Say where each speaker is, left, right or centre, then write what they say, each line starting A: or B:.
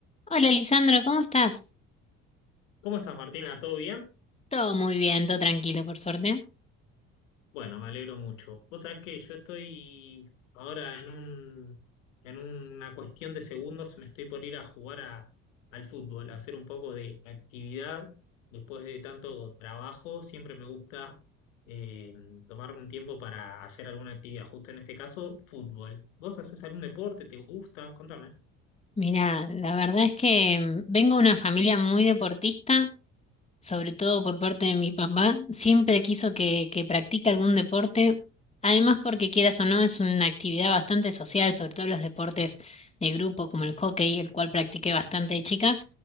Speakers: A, on the left; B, on the left.
A: Hola, Lisandro, ¿cómo estás?
B: ¿Cómo estás, Martina? ¿Todo bien?
A: Todo muy bien, todo tranquilo, por suerte.
B: Bueno, me alegro mucho. Vos sabés que yo estoy ahora en un, en una cuestión de segundos, me estoy por ir a jugar a- al fútbol, a hacer un poco de actividad. Después de tanto trabajo, siempre me gusta eh, tomarme un tiempo para hacer alguna actividad, justo en este caso, fútbol. ¿Vos haces algún deporte? ¿Te gusta? Contame. <laughs>
A: Mira, la verdad es que mm, vengo de una familia muy deportista, sobre todo por parte de mi papá. Siempre quiso que, que practique algún deporte, además porque quieras o no, es una actividad bastante social, sobre todo los deportes de grupo como el hockey, el cual practiqué bastante de chica.